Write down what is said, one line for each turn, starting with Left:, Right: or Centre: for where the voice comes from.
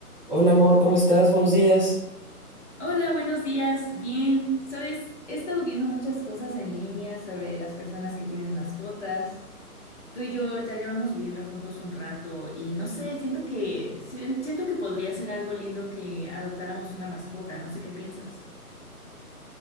Right: Hola amor, ¿cómo estás? Buenos días.
Left: Hola, buenos días. Bien, sabes, he estado viendo muchas cosas en línea sobre las personas que tienen mascotas. Tú y yo ya llevamos viviendo juntos un rato y no sé, siento que si- siento que podría ser algo lindo que adoptáramos una mascota. No sé qué piensas.